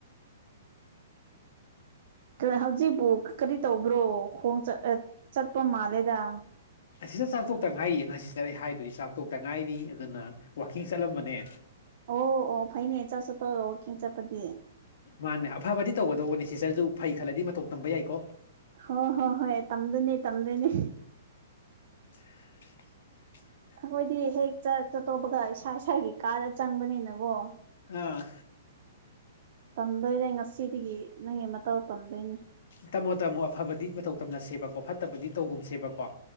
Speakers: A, on the right (about 50°); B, on the left (about 60°).
A: ꯗꯨꯅꯦ ꯍꯧꯖꯤꯛꯄꯨ ꯀꯔꯤ ꯇꯧꯕ꯭ꯔꯣ ꯈꯣꯡ ꯆꯠꯄ ꯃꯥꯜꯂꯦꯗ?
B: ꯑꯁꯤꯗ ꯆꯥꯛꯊꯣꯛꯇ ꯉꯥꯏꯔꯤꯌꯦ <unintelligible> ꯍꯥꯏꯗꯨꯗꯤ ꯆꯥꯛꯇꯣꯛꯇ ꯉꯥꯏꯔꯤ ꯑꯗꯨꯅ ꯋꯥꯛꯀꯤꯡ ꯆꯠꯂꯝꯕꯅꯦ꯫
A: ꯑꯣ ꯑꯣ ꯐꯩꯅꯦ ꯆꯛꯁꯨ ꯇꯣꯛꯑꯒ ꯋꯥꯛꯀꯤꯡ ꯆꯠꯄꯗꯤ꯫
B: ꯃꯥꯅꯦ ꯑꯐꯕꯗꯤ ꯇꯧꯒꯗꯧꯕꯅꯦ ꯁꯤꯁꯇꯔꯗꯨ ꯐꯩ ꯈꯜꯂꯗꯤ ꯃꯇꯧ ꯇꯝꯕ ꯌꯥꯏꯀꯣ꯫
A: ꯍꯣ ꯍꯣ ꯍꯣꯏ ꯇꯝꯗꯣꯏꯅꯦ ꯇꯝꯗꯣꯏꯅꯦ꯫
B: <inaudible>
A: ꯑꯈꯣꯏꯗꯤ ꯍꯦꯛ ꯆꯥꯛ ꯆ ꯇꯣꯄꯒ ꯏꯁꯥ ꯏꯁꯥꯒꯤ ꯀꯥꯗ ꯆꯪꯕꯅꯤꯅꯀꯣ꯫
B: ꯑꯥ
A: ꯇꯝꯗꯣꯏꯔꯦ ꯉꯁꯤꯗꯒꯤ ꯅꯪꯒꯤ ꯃꯇꯧ ꯇꯝꯗꯣꯏꯅꯤ꯫
B: ꯇꯥꯝꯃꯣ ꯇꯥꯝꯃꯣ ꯑꯐꯕꯗꯤ ꯃꯇꯧ ꯇꯝꯅ ꯁꯦꯕꯀꯣ ꯐꯠꯇꯕꯗꯤ ꯇꯧꯒꯨꯝ ꯁꯦꯕꯀꯣ꯫